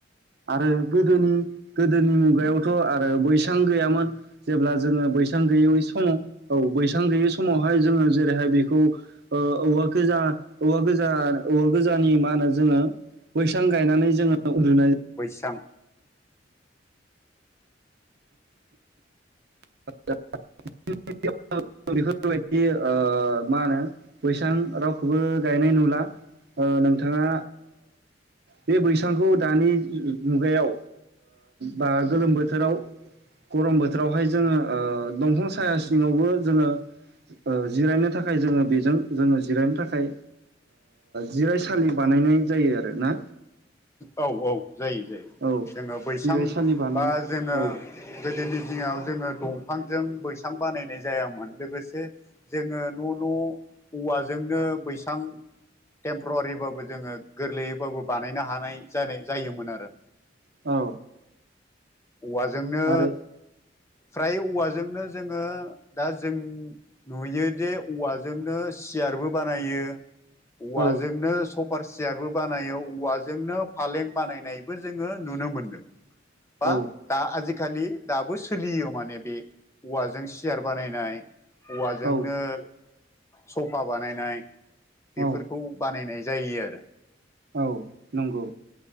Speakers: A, on the right; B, on the left.
A: आरो गोदोनि गोदोनि मुगायावथ' आरो बैसां गैयामोन। जेब्ला जोङो बैसां गैयै समाव औ बैसां गैयि समावहाय जोङो जेरैहाय बेखौ औवा गोजा औवा गोजा औबेबा गोजानि मा होनो जोङो बैसां गायनानै जोङो उन्दुनाय
B: बैसां
A: <unintelligible> बेफोरबायदि ओ मा होनो। बैसां रावखौबो गायनाय नुला नोंथाङा। बे बैसांखौ दानि मुगायाव ओ बा गोलोम बोथोराव। गरम बोथोरावहाय जो दंफां साया सिङावबो जोङो जिरायनो थाखाय जोङो जों जोङो जिरायनो थाखाय जिरायसालि बानायनाय जायो आरोना।
B: औ औ जायो जायो।
A: औ
B: जोङो बैसां
A: जिरायसालि बानायनाय
B: बा जोङो
A: औ
B: गोदोनि दिनाव जोङो दंफांजों बैसां बानायनाय जायामोन लोगोसे जोङो न' न' औवाजों जोंनो बैसां टेम्परवारिबाबो जोङो गोरलैयैबाबो बानायनो हायो। जायोमोन आरो
A: औ
B: औवाजोंनो
A: आरो
B: फ्राय औवाजोंनो जोङो दा जों नुयो जे औवाजोंनो सियारबो बानायो औवाजोंनो
A: औ
B: सफार सियारबो बानायो औवा जोंनो फालें बानायनायबो जोङो नुनो मोनदों बा
A: औ
B: दा आजि खालि दाबो सोलियो माने बे औवाजों सियार बानायनाय। औवाजोंनो
A: औ
B: सफा बानायनाय बेफोरखौ
A: औ
B: बानायनाय जा जायो आरो
A: औ नंगौ।